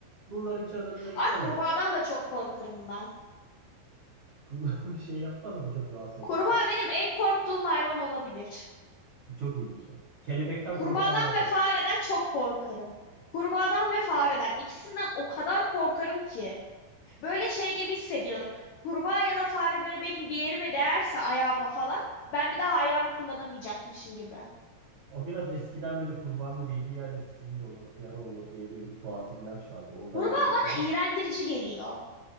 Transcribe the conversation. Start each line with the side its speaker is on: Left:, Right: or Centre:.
Right: Bunları çadırında istemezsin.
Left: Ay kurbağadan da çok korkarım ben.
Right: Kurbağa <laughs> bir şey yapmaz ama çok rahatsız
Left: Kurbağa
Right: eder sesi.
Left: benim en korktuğum hayvan olabilir.
Right: Çok ilginç bak. Kelebekten
Left: Kurbağadan
Right: korkanlar da
Left: ve fareden
Right: var.
Left: çok korkarım. Kurbağadan ve fareden ikisinden o kadar korkarım ki. Böyle şey gibi hissediyorum. Kurbağa ya da fare böyle benim bir yerime değerse ayağıma falan ben bir daha ayağımı kullanamayacakmışım gibi.
Right: O biraz eskiden böyle kurbanın değdiği yerde sihir olur, yara olur diye böyle bir batıl inanç vardı. Oradan
Left: Kurbağa
Right: geliyor
Left: bana
Right: olabilir
Left: iğrendirici
Right: mi?
Left: geliyor.